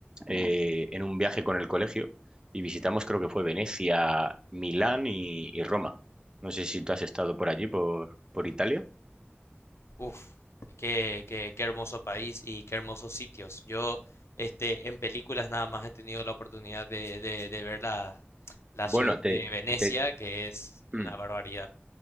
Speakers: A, on the right; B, on the left.
A: eh, en un viaje con el colegio y visitamos, creo que fue Venecia, Milán y, y Roma. No sé si tú has estado por allí, por, por Italia.
B: Uf, qué, qué, qué hermoso país y qué hermosos sitios. Yo, este, en películas nada más he tenido la oportunidad de, de, de ver la, la
A: Bueno,
B: ciudad
A: te...
B: de Venecia,
A: te-
B: que es una
A: mm.
B: barbaridad.